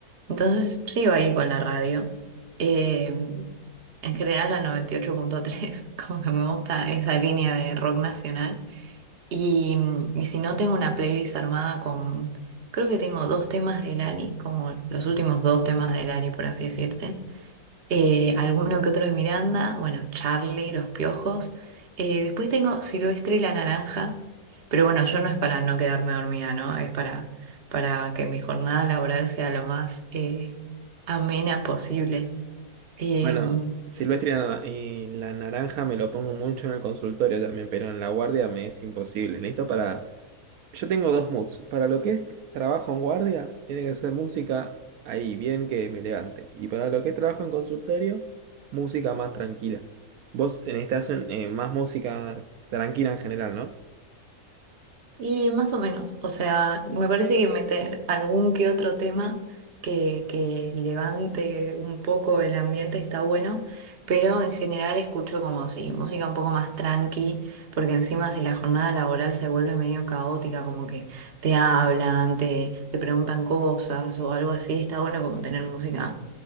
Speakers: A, on the right (about 45°); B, on the right (about 75°).
A: Entonces sigo ahí con la radio. Eh, en general la noventa y ocho punto tres, <laughs> como que me gusta esa línea de rock nacional. Y, y si no tengo una playlist armada con, creo que tengo dos temas de Lali, como los últimos dos temas de Lali, por así decirte eh, alguno que otro de Miranda, bueno, Charlie, Los Piojos. Eh, después tengo Silvestre y la Naranja, pero bueno, yo no es para no quedarme dormida, ¿no? Es para, para que mi jornada laboral sea lo más eh, amena posible. Em,
B: Bueno, Silvestre y la y la naranja me lo pongo mucho en el consultorio también, pero en la guardia me es imposible. Necesito para... Yo tengo dos moods. Para lo que es trabajo en guardia, tiene que ser música ahí, bien que me levante. Y para lo que es trabajo en consultorio, música más tranquila. Vos necesitas un- eh, más música tranquila en general, ¿no?
A: Y más o menos, o sea, me parece que meter algún que otro tema que, que levante un poco el ambiente está bueno, pero en general escucho como si música un poco más tranqui, porque encima si la jornada laboral se vuelve medio caótica, como que te hablan, te, te preguntan cosas o algo así, está bueno como tener música,